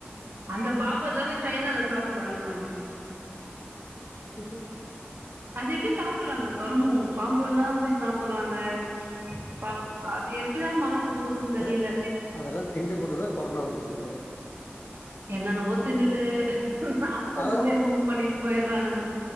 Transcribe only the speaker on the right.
அந்த பாம்பதான சைனால சாப்புட்றான்னுங்க
அதெப்டி சாப்பட்றாங்க கரும்மோ பாம்புல்லா போய் சாப்புட்றாங்க பா அது எப்டிதா மனசு ஒப்புதுன்னு தெரியல
என்னென்னவோ திண்ணுட் டு சாப்டே
நோய உண்டு பண்ணிட்டு போய்றானுங்க